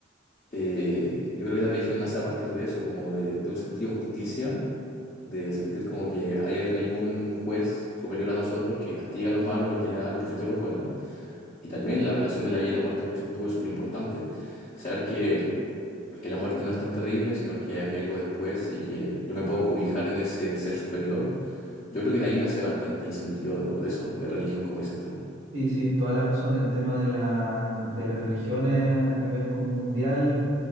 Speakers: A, on the left; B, on the right.
A: eh, yo creo que la religión nace a partir de eso, como de, de un sentido de justicia, de sentir como que hay al- algún juez superior a nosotros que castiga a los malos y que le da lo positivo a los buenos. Y también la relación de la vida y la muerte, como dices tú, es súper importante. Saber que que la muerte no es tan terrible, sino que hay algo después y que yo me puedo cobijar en ese ser superior. Yo creo que de ahí nace bastante el sentido de, de eso, de religión, como dices tú.
B: Sí, sí, toda la razón. El tema de la, de las religiones a nivel como mundial